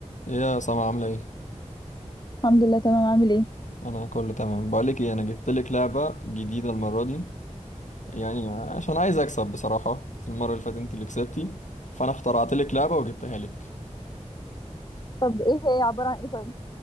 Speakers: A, on the left (about 80°); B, on the left (about 35°).
A: إيه يا سما عاملة ايه؟
B: الحمد لله تمام عامل ايه
A: أنا كله تمام بقولك ايه أنا جبت لك لعبة جديدة المرة دي يعني عشان عايز أكسب بصراحة المرة اللي فاتت أنت اللي كسبتي فأنا اخترعت لك لعبة وجبتها لك
B: طب ايه هي عبارة عن ايه طيب